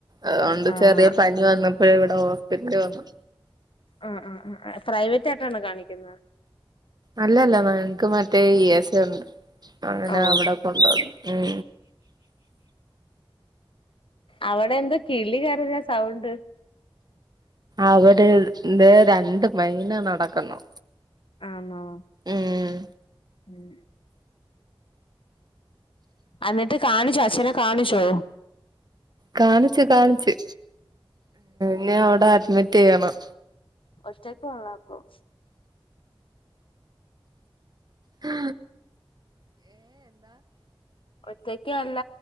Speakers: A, on the right; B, on the left.
A: ഏഹ് അതോണ്ട്.
B: ആഹ്
A: ചെറിയ പനി വന്നപ്പഴേ ഇവെടെ ഹോസ്പിറ്റലിൽ വന്നു.
B: ആഹ് ആഹ് ആഹ് പ്രൈവെറ്റായിട്ടാണോ കാണിക്കുന്നേ?
A: അല്ലല്ല. ഞങ്ങെക്ക് മറ്റേ ഇ എസ് എ ഒണ്ട്. അതിനാ
B: ഓ
A: അവടെ കൊണ്ട് പോകും ഉം
B: അവടെ എന്താ കിളി കരയെന്ന സൗണ്ട്?
A: അവടെ ദേ രണ്ട് മൈന നടക്കുന്നു.
B: ആന്നോ
A: ഉം
B: ഉം അന്നിട്ട് കാണിച്ചോ അച്ഛനെ കാണിച്ചോ?
A: കാണിച്ചു, കാണിച്ചു. ഇനി അവടെ അഡ്മിറ്റ് ചെയ്യണം.
B: ഒറ്റക്കോള്ളോപ്പം?
A: ഹ്
B: ഒറ്റക്ക് അല്ല.